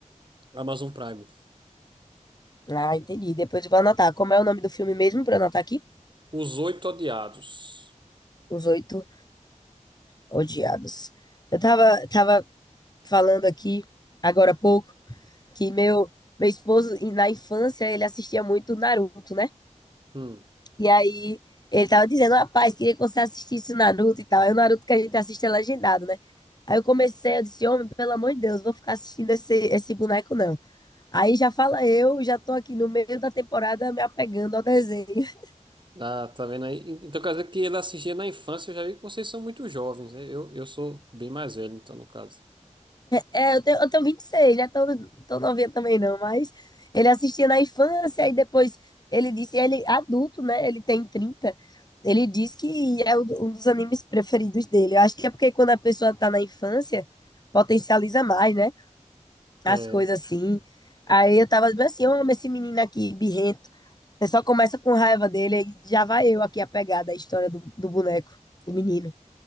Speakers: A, on the right (about 40°); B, on the left (about 30°).
A: Amazon Prime.
B: Ah, entendi. Depois eu vou anotar. Como é o nome do filme mesmo pra eu anotar aqui?
A: Os Oito Odiados.
B: Os Oito Odiados. Eu tava, tava falando aqui, agora há pouco, que meu, meu esposo, e na infância, ele assistia muito Naruto, né?
A: Hum.
B: E aí ele tava dizendo, rapaz, queria que você assistisse o Naruto e tal. Aí o Naruto que a gente assiste é legendado, né? Aí eu comecei, eu disse, homem, pelo amor de Deus, vou ficar assistindo esse, esse boneco, não. Aí já fala eu, já tô aqui no meio da temporada me apegando ao desenho. <laughs>
A: Ah, tá vendo aí? Então quer dizer que ele assistia na infância, eu já vi que vocês são muito jovens, né? Eu, eu sou bem mais velho, então, no caso.
B: É, eu tenho, eu tenho vinte e seis né? Tô, tô novinha também não, mas ele assistia na infância e depois ele disse, ele é adulto, né? Ele tem trinta Ele diz que é um do- um dos animes preferidos dele. Eu acho que é porque quando a pessoa tá na infância, potencializa mais, né?
A: É,
B: as coisas assim. Aí eu tava bem assim, eu amo esse menino aqui, birrento. Você só começa com raiva dele, aí já vai eu aqui a pegada, a história do, do boneco, do menino.